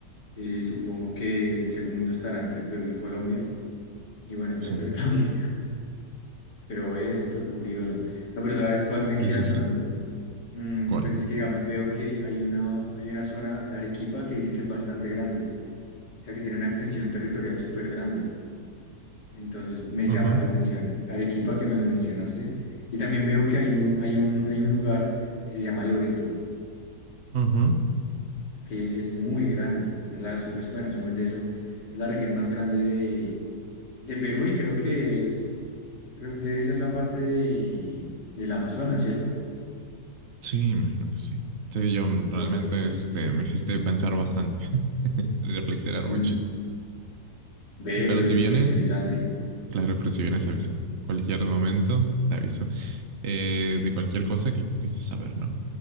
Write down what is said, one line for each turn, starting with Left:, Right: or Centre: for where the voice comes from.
Left: Eh, supongo que el segundo estará entre Perú y Colombia. Y bueno, el
Right: Sí,
Left: tercero <laughs> también. Pero es súper curioso. No, pero ¿sabes cuál me
Right: sí,
Left: queda
Right: sí,
Left: sonando?
Right: sí.
Left: Mm,
Right: ¿Cuál?
Left: pues es que, digamos, veo que hay una, hay una zona, Arequipa, que dice que es bastante grande. O sea, que tiene una extensión territorial súper grande. Entonces me llama
Right: Ujú,
Left: la atención Arequipa, que me lo mencionaste. Y también veo que hay un, hay un, hay un lugar que se llama Loreto,
Right: ujú.
Left: que es muy grande, que es la super, bueno, según eso, es la región más grande de, de Perú y creo que es, creo- debe ser la parte de, del Amazonas, ¿cierto?
Right: Sí, imagino que sí. Sí, yo realmente
Left: O que
Right: este, me hiciste pensar bastante, <laughs> reflexionar mucho.
Left: l- ve,
Right: Pero
Left: pero
Right: si
Left: súper
Right: vienes,
Left: interesante.
Right: claro, pero si vienes, avisa. Cualquier momento, te aviso. Eh, de cualquier cosa que necesites saber, ¿no?